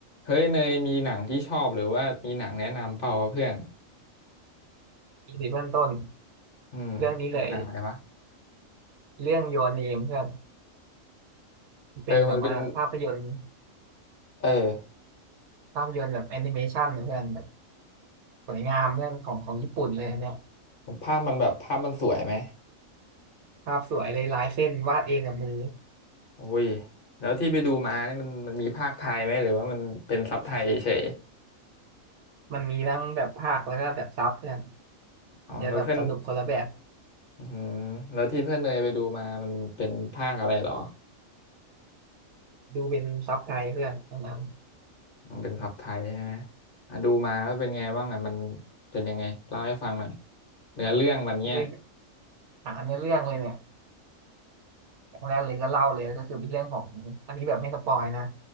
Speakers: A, on the left; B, on the right.
A: เฮ้ยเนยมีหนังที่ชอบหรือว่ามีหนังแนะนำเปล่าวะเพื่อน
B: อีพีเบื้องต้น
A: อืมมีหนังอะไรวะ
B: เรื่องนี้เลยเรื่อง Your Name เพื่อน
A: เออมันเป็น
B: เป็นแบบว่าภาพยนตร์
A: เออ
B: ภาพยนตร์แบบแอนิเมชันเพื่อนแบบสวยงามเพื่อนของของญี่ปุ่นเลยอันเนี่ย
A: ภาพมันแบบภาพมันสวยไหม
B: ภาพสวยเลยลายเส้นวาดเองกับมือ
A: โอ้ยแล้วที่ไปดูมาเนี่ยมันมันมีภาคไทยไหมหรือว่ามันเป็นซับไทยเฉย
B: มันมีทั้งแบบภาคแล้วก็แบบซับเพื่อน
A: ๆอ๋อแล้วเพื่อน
B: อาจจะแบบสนุกคนละแบบ
A: อืมแล้วที่เพื่อนเนยไปดูมามันเป็นภาคอะไรเหรอ
B: ดูเป็นซับไทยเพื่อนตอนนั้น
A: มันเป็นซับไทยใช่ไหมอ่ะดูมาแล้วเป็นไงบ้างอ่ะมันเป็นยังไงเล่าให้ฟังหน่อยเนื้อเรื่องมันเนี้ย
B: คือหาในอเรื่องเลยเนี่ย อย่างแรกเลยก็เล่าเลยก็คือเป็นเรื่องของอันนี้แบบไม่สปอยนะ